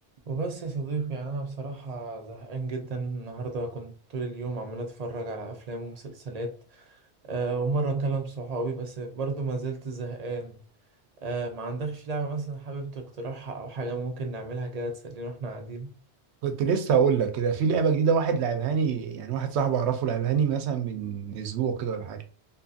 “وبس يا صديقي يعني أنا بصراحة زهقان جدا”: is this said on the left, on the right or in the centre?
Right